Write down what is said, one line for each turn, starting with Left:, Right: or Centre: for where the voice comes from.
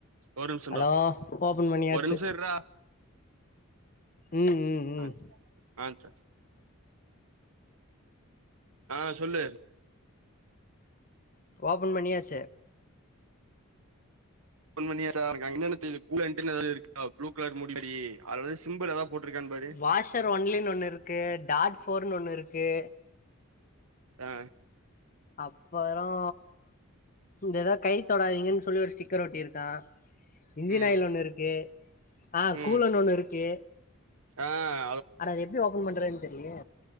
Right: ஒர் நிம்ஷோடா
Left: ஹலோ ஓபன் பண்ணியாச்சு
Right: ஒரு நிம்ஷோ இர்ரா
Left: ம் ம் ம்
Right: ஆன்த்த ஆன்த்த அ சொல்லு
Left: ஓப்பன் பண்ணியாச்சு
Right: ஓபன் பண்ணியாச்சா உனக் அங்க என்னென்ன தெரிது கூலண்டுன் எதாது எழுதிருக்கா ப்ளூ க்லர் மூடி மாரி அதுல சிம்புல் எதா போட்ருக்கான் பாரு
Left: வாஷர் ஒன்லின்னு ஒண்ணுருக்கு டாட் ஃபோர்னு ஒன்னுருக்கு
Right: ஆ
Left: அப்பரோ இந்ததக் கை தொடாதீங்கன் சொல்லி ஒரு ஸ்டிக்கர் ஒட்டிருக்கா இன்ஜின்
Right: ம்
Left: ஆயில் ஒண்ணுருக்கு ஆ
Right: ம்
Left: கூலன் ஒன்னுருக்கு
Right: ஆ
Left: அட அத எப்டி ஓபன் பண்ற தெர்லயே